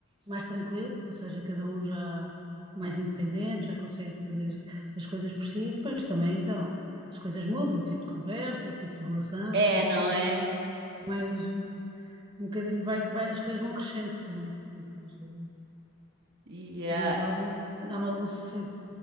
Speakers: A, on the right; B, on the right.
A: mais tranquilo, ou seja, cada um já mais independente, já consegue fazer as coisas por si. Depois também, sei lá, as coisas mudam, o tipo de conversa, o tipo de relação,
B: É,
A: as
B: não
A: coisas
B: é?
A: ficam mais um bocadinho, vai que vai, as coisas vão crescendo também. E depois eh,
B: Yeah.
A: também me dá algum, dá-me algum sossego.